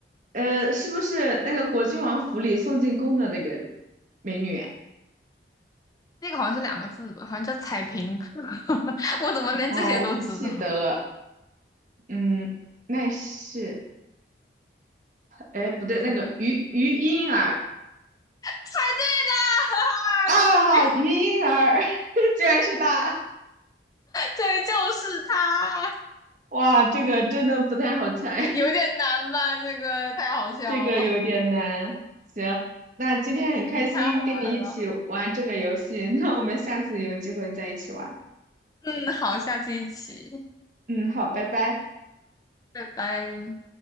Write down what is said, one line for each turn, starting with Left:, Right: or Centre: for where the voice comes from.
Right: 呃，是不是那个果郡王府里送进宫的那个美女啊？
Left: 那个好像是两个字吧，好像叫彩屏。<laughs> 我怎么连这些都知道？
Right: 哦，我不记得了。嗯，那是，哎，不对，那个于于莺儿
Left: 什么猜对啦！
Right: 啊，
Left: <laughs> 终于，
Right: 于莺儿 <laughs> 居然是她！
Left: 对，就是他。
Right: 哇，这个真的不太好猜，
Left: 有点难吧？这个太好笑了，
Right: <laughs> 这个有点难。行，那今天很开心跟你一起玩这个游戏，
Left: 嗯，太好玩了。
Right: 那我们下次有机会再一起玩。
Left: 嗯，好，下期一起，
Right: 嗯，好，拜拜。
Left: 拜拜。